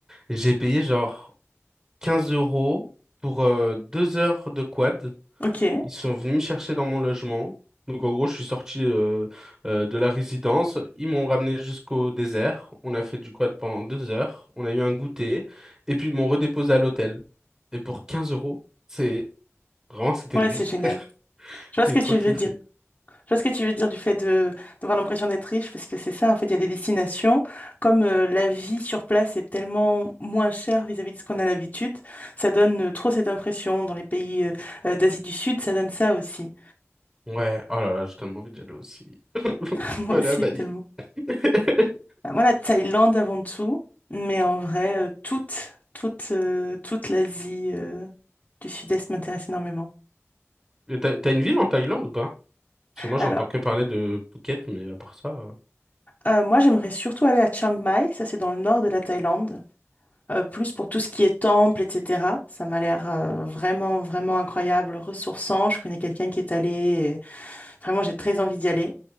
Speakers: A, on the right; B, on the left.
A: j'ai payé genre 15 euros pour euh, deux heures de quad.
B: Ok.
A: Ils sont venus me chercher dans mon logement. Donc en gros, je suis sorti euh, euh, de la résidence. Ils m'ont ramené jusqu'au désert. On a fait du quad pendant deux heures. On a eu un goûter. Et puis ils m'ont redéposé à l'hôtel. Et pour 15 euros, c'est vraiment c'était
B: Ouais,
A: lunaire.
B: c'est génial.
A: <laughs>
B: Je vois
A: J'ai
B: ce que
A: trop
B: tu
A: kiffé.
B: veux dire. Je vois ce que tu veux dire du fait de d'avoir l'impression d'être riche, parce que c'est ça, en fait, il y a des destinations. Comme euh, la vie sur place est tellement moins chère vis-à-vis de ce qu'on a l'habitude, ça donne euh, trop cette impression. Dans les pays euh, euh, d'Asie du Sud, ça donne ça aussi.
A: Ouais, oh là là, j'ai tellement envie d'y aller aussi. <laughs>
B: <laughs> Moi
A: Voilà,
B: aussi,
A: à Bali.
B: tellement.
A: <laughs>
B: Moi, la Thaïlande avant tout, mais en vrai, euh, toute, toute, euh, toute l'Asie euh, du Sud-Est m'intéresse énormément.
A: Et T'as t'as une ville en Thaïlande ou pas? Parce que moi,
B: Alors,
A: j'entends que parler de Phuket, mais à part ça, euh,
B: euh, moi, j'aimerais surtout aller à Chiang Mai, ça c'est dans le nord de la Thaïlande, euh, plus pour tout ce qui est temple, etc. Ça m'a l'air euh, vraiment, vraiment incroyable, ressourçant. Je connais quelqu'un qui est allé, et vraiment, j'ai très envie d'y aller.